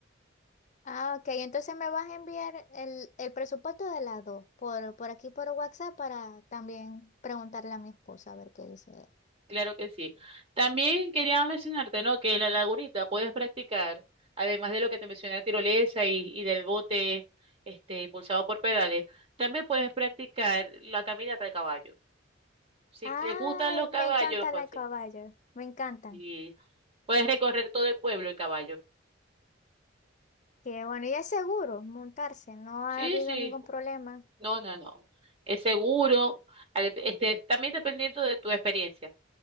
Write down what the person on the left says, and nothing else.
Ah, ok, entonces me vas a enviar el, el presupuesto de las dos por, por aquí por WhatsApp para también preguntarle a mi esposa a ver qué dice.
Ay,
me encanta
la caballo,
me encantan.
Que bueno, ya es seguro montarse, no
ha habido
ningún problema.